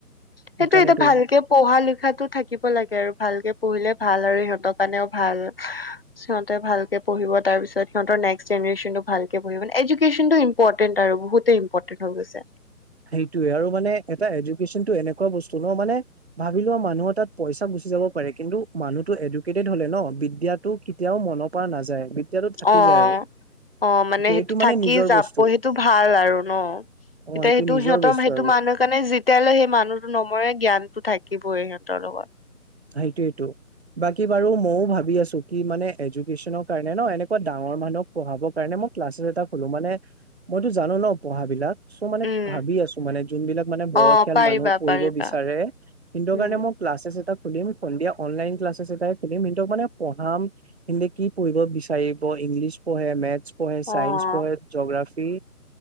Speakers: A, on the right; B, on the left.
A: সেইকাৰণেতো
B: সেইটো এতিয়া ভালকে পঢ়া লিখাতো থাকিব লাগে আৰু ভালকে পঢ়িলে ভাল আৰু। সিহঁতৰ কাৰণেও ভাল সিহতে ভালকে পঢ়িব তাৰ পিছত সিহতৰ নেক্সট জেনেৰেচনটো ভাল। এডুকেশনটো ইম্পৰ্টেণ্ট। আৰু বহুতে ইম্পৰ্টেণ্ট হৈ গৈছে।
A: সেইটোয়ে আৰু মানে এটা এডুকেশচনটো এনেকুৱা। খোৱা বস্তু ন মানে ভাবি লোৱা মানুহৰ তাত পইচা গুচি যাব পাৰে কিন্তু। মানুহতো এডুকেটেড হলে ন বিদ্যাটো কেতিয়াও মন পৰা নাযায়। বিদ্যাটো থাকি
B: অ
A: যায় আৰু
B: অ মানে সেইটো
A: এইটো
B: থাকি
A: নিজৰ
B: যাব
A: বস্তু
B: সেইটো ভাল আৰু ন।
A: অ
B: এতিয়া
A: এইটো
B: সেইটো
A: নিজৰ
B: সিহঁতৰ
A: বস্তু
B: সেইটো
A: আৰু
B: মানুহৰ কাৰণে যেতিয়ালৈ সেই মানুহটো নমৰে জ্ঞানটো থাকিবই সিহঁত। তাৰ লগত
A: সেইটোয়েইটো বাকী বাৰু মইও ভাবি আছো কি মানে এডুকেচনৰ কাৰণে ন এনেকুৱা ডাঙৰ মানুহক পঢ়াবৰ কাৰণে মই ক্লাচছ এটা কলো মানে মইতো জানো ন পঢ়াবিলাক চ' মানে
B: উম,
A: ভাবি আছো মানে যোন বিলাক মানে বয়সীয়াল
B: অ', পাৰিবা
A: মানুহ পঢ়িব
B: পাৰিবা
A: বিচাৰে সিহঁতৰ
B: উম,
A: কাৰণে মই ক্লাছেচ এটা খুলিম সন্ধিয়া অনলাইন ক্লাছেছ এটাই খুলিম সিতক মানে পঢ়াম সেতি কি পঢ়িব বিচাৰিব ইংলিছ মেথছ পহে
B: অ',
A: চাইন্ঞ্চ পহে জোগ্ৰাফি